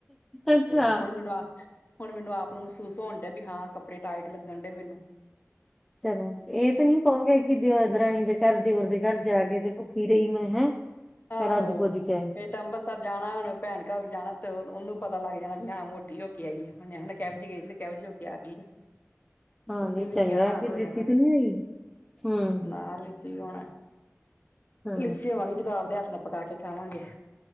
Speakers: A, in the centre; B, on the left.
A: ਅੱਛਾ
B: ਤੇ ਹੁਨ ਮੈਨੂੰ ਆ ਹੁਨ ਮੈਨੂੰ ਆਪ ਨੂੰ ਮਹਿਸੂਸ ਹੋਨ ਡੇਆ ਵੀ ਹਾਂ ਕੱਪੜੇ ਟਾਈਟ ਲੱਗਨ ਡੇ ਮੈਨੂੰ।
A: ਚਲੋ, ਇਹ ਤੇ ਨੀ ਕਹੋਗੇ ਕਿ ਦਰਾਣੀ ਦੇ ਘਰ ਦਿਓਰ ਦੇ ਘਰ ਜਾ ਕੇ ਤੇ ਕੀ ਰਹੀ ਮੈਂ ਹੈਂ।
B: ਆਹੋ,
A: ਰੱਜ ਪੁੱਜ ਕੇ ਆਏ
B: ਹਜੇ ਤਾਂ ਅੰਬਰਸਰ ਜਾਣਾ ਹੁਣ ਭੈਣ ਘਰ ਜਾਣਾ ਤੇ, ਉਹਨੂੰ ਪਤਾ ਲੱਗ ਜਾਣਾ ਵੀ ਹਾਂ ਮੋ ਹੋ ਕੇ ਆਈ ਏ ਉਹਨੇ ਕਹਿਣਾ ਕਿਹੋ ਜਿਹੀ ਗਈ ਸੀ, ਤੇ ਕਿਹੋ ਜੀ ਹੋਕੇ ਆ ਗਈਏ।
A: ਹਾਂ
B: ਓਨੇ
A: ਨਹੀਂ
B: ਵੀ
A: ਚੰਗਾ
B: ਵੇਖ ਕੇ ਹੈਰਾਨ
A: ਕਿ
B: ਹੋ
A: ਲੱਸੀ
B: ਜਾਣਾ,
A: ਤੇ ਨੀ ਹੋਈ ਹਮ
B: ਨਾਲ ਹੀ ਸੀ ਹੋਣਾ
A: ਹੂੰ,
B: ਲੱਸੀ ਹੋਵਾਂਗੇ ਜਦੋਂ ਆਪਦੇ ਹੱਥ ਨਾਲ ਪਕਾ ਕੇ ਖਾਵਾਂਗੇ।